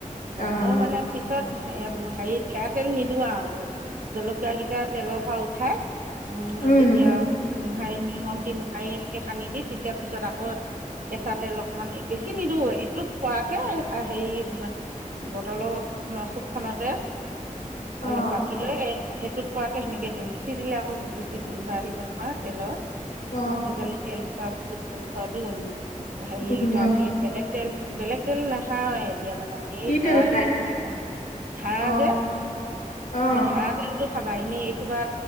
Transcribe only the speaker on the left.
অ'
উম
অ
অ
গোন্ধ
কি
তেল খাই
অ
অ